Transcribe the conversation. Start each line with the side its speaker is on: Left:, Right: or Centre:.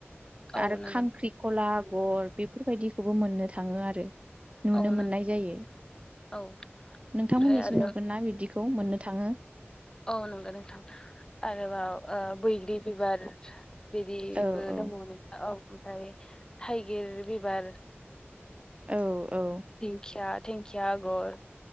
Left: औ
Right: आरो
Left: नंगौ
Right: खांख्रि खलाब आगर बेफोर बायदिखौबो मोननो थाङो आरो नुनो
Left: औ
Right: मोननाय
Left: नंगौ
Right: जायो
Left: औ
Right: नोंथांमोननिसिम
Left: ओमफ्राय आरो
Right: न ना बिदिखौ मोननो थाङो
Left: औ नंगौ नोंथां आरोबाव बैग्रि बिबार बिदिबो
Right: औ औ
Left: दङमोन औ ओमफ्राय थाइगिर बिबार
Right: औ औ
Left: थेंकया थेंकया आगर